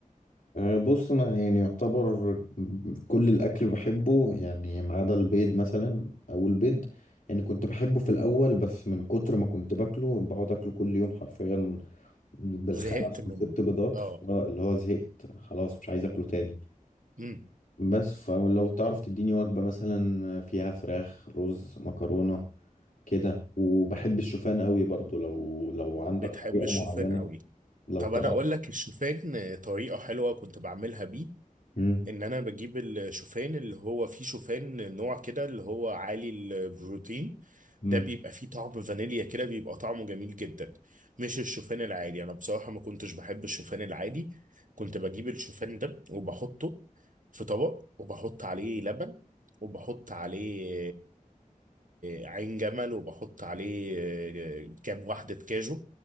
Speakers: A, on the left (about 65°); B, on the right (about 65°).
A: أه، بص انا يعني يعتبر كل الاكل بحبه يعني ما عدا البيض مثلا او البيض يعني كنت بحبه في الاول بس من كتر ما كنت باكله بقعد اكله كل يوم حرفيا بالخمس
B: زهقت منه
A: وست بيضات
B: اه
A: اللي هو زهقت خلاص مش عايز اكله تاني
B: امم
A: بس فلو تعرف تديني وجبة مثلا فيها فراخ رز مكرونة كده وبحب الشوفان قوي برضو لو لو
B: بتحب
A: عندك طريقة
B: الشوفان
A: معينة
B: قوي
A: لو
B: طب
A: تعرف
B: انا اقول لك الشوفان طريقة حلوة كنت بعملها بيه
A: مم.
B: ان انا بجيب الشوفان اللي هو فيه شوفان نوع كده اللي هو عالي البروتين
A: مم.
B: ده بيبقى فيه طعم فانيليا كده بيبقى طعمه جميل جدا مش الشوفان العادي انا بصراحة ما كنتش بحب الشوفان العادي كنت بجيب الشوفان ده وبحطه في طبق وبحط عليه لبن وبحط عليه آه، عين جمل وبحط عليه آه، كام واحدة كاجو